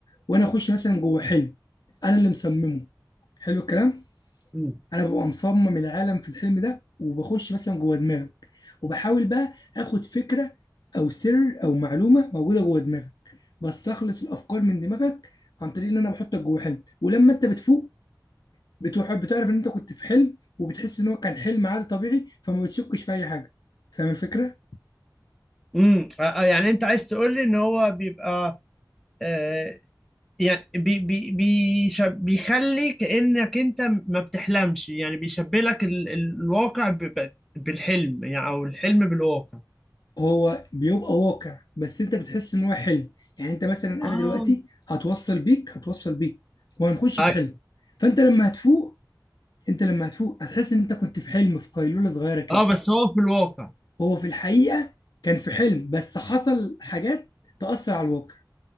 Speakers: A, on the left; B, in the centre.
A: وانا اخش مثلا جوه حلم انا اللي مصممه حلو الكلام
B: امم
A: انا ببقى مصمم العالم في الحلم ده وبخش مثلا جوه دماغك وبحاول بقى اخد فكره او سر او معلومه موجوده جوه دماغك بستخلص الافكار من دماغك عن طريق ان انا بحطك جوه حلم ولما انت بتفوق بتحب بتعرف ان انت كنت في حلم وبتحس ان هو كان حلم عادي طبيعي فما بتشكش في اي حاجه فاهم الفكره
B: امم يعني انت عايز تقول لي ان هو بيبقى آه، يعني بي بي بيشب بيخلي كأنك انت ما بتحلمش يعني بيشبه لك ال ال- الواقع ب ب بالحلم يعني او الحلم بالواقع
A: هو بيبقى واقع بس انت بتحس ان هو حلم يعني انت مثلا انا
B: اه
A: دلوقتي هتوصل بيك هتوصل بيك وهنخش
B: ايوه
A: في حلم فانت لما هتفوق انت لما هتفوق هتحس ان انت كنت في حلم في قيلوله صغيره كده
B: اه بس هو في الواقع
A: هو في الحقيقه كان في حلم بس حصل حاجات تأثر على الواقع